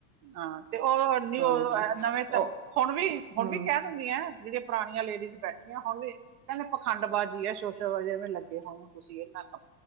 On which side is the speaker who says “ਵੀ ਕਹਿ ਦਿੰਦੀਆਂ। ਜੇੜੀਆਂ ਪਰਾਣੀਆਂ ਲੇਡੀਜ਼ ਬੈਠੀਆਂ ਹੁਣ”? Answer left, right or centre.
Right